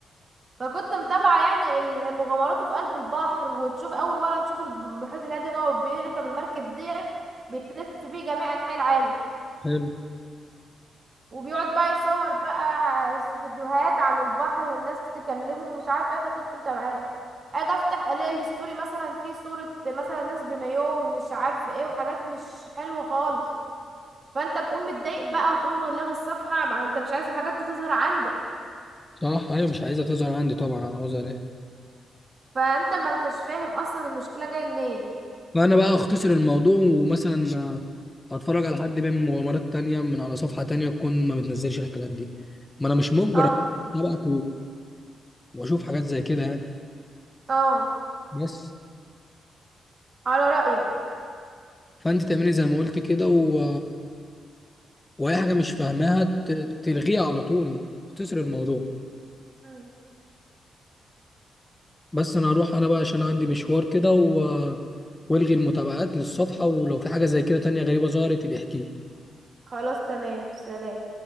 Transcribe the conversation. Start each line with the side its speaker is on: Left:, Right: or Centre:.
Right: فكنت متابعة يعني ال- مغامراته في قلب البحر وتشوف اول مرة نشوف الب- المحيط الهادي هو بيركب المركب ديت بيتلف بيه جميع انحاء العالم
Left: حلو
Right: وبيقعد بقى يصور بقى ع- فيديوهات عن البحر والناس تكلمه ومش عارفه ايه فكنت متابعاه اجي افتح الاقي الستوري مثلا فيه صورة مثلا ناس بمايوه ومش عارفه ايه وحاجات مش حلوة خالص فانت بتقوم متضايق بقى وتقوم لاغي الصفحة ما انت مش عايز الحاجات دي تظهر عندك
Left: صح ايوه مش عايزها تظهر عندي طبعا انا عاوزها ليه
Right: فانت ما انتش فاهم اصلا المشكلة جاية منين
Left: فانا بقى اختصر الموضوع ومثلا آه، اتفرج على حد بيعمل مغامرات تانية من على صفحه تانية تكون ما بتنزلش الحاجات دي ما انا مش مجبر
Right: اه
Left: اتابعك واشوف حاجات زي كده يعني
Right: اه
Left: بس
Right: على رأيك
Left: فانت تعملي زي ما قلت كده و... واي حاجه مش فاهماها ت... تلغيها على طول وتسر الموضوع
Right: مم.
Left: بس انا هروح انا بقى عشان عندي مشوار كده و... والغي المتابعات للصفحه ولو في حاجه زي كده تانية غريبه ظهرت يبقى احكيلي
Right: خلاص تمام سلام